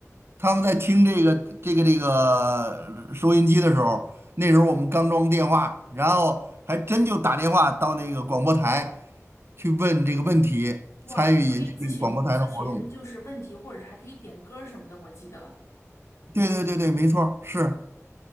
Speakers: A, on the right (about 50°); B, on the left (about 65°).
A: 他们在听这个这个这个呃收音机的时候，那时候我们刚装电话，然后还真就打电话到那个广播台去问这个问题，
B: 哇，
A: 参与人家这个广播台的活动。
B: 有可以咨询咨询，就是问题，或者是还可以点歌什么的。我记得，
A: 对对对对，没错儿是。